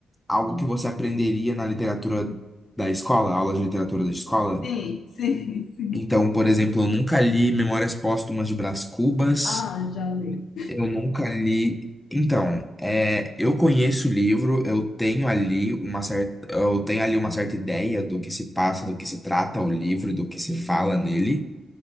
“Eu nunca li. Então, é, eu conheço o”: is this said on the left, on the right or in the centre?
Centre